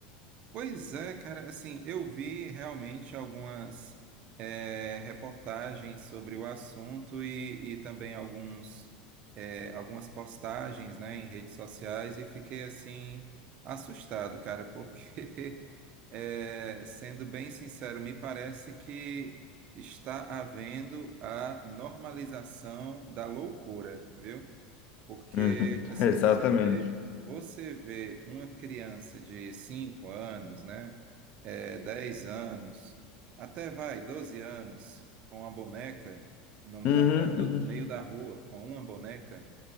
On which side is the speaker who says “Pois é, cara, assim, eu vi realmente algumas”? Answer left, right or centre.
Right